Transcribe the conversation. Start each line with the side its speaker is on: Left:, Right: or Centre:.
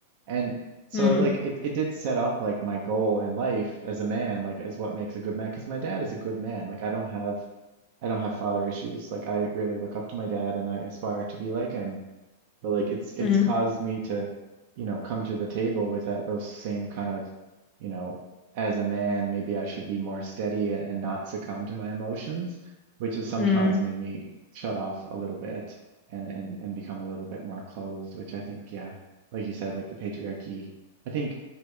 Right: And so
Left: Mm,
Right: like it, it did set up like my goal in life as a man, like as what makes a good man. Because my dad is a good man. Like I don't have I don't have father issues. Like I really look up to my dad and I aspire to be like him but like it's it's
Left: mm,
Right: caused me to you know come to the table with that those same kind of you know as a man maybe I should be more steady and, and not succumb to my emotions which has sometimes
Left: mm,
Right: made me shut off a little bit and and and become a little bit more closed which I think yeah like you said like the patriarchy I think